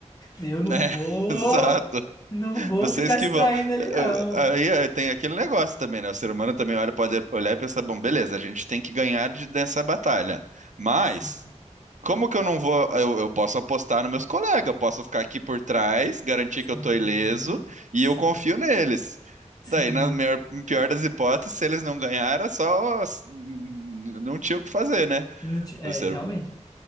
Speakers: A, on the left; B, on the right.
A: Eu não
B: É,
A: vou,
B: <laughs> exato.
A: não vou
B: Vocês
A: ficar
B: que
A: distraindo
B: vão.
A: ele, não.
B: Eu- aí é, tem aquele negócio também, né? O ser humano também olha, pode olhar e pensar, bom, beleza, a gente tem que ganhar de- dessa batalha. Mas.
A: Sim,
B: Como que eu não vou? Eu, eu posso apostar nos meus colegas, eu posso ficar aqui por trás, garantir
A: sim,
B: que eu tô ileso e
A: sim,
B: eu confio neles.
A: sim.
B: Daí, na maior- pior das hipóteses, se eles não ganharam, é só hum, não tinha o que fazer, né?
A: Não ti- É,
B: Eu ser-
A: realmente.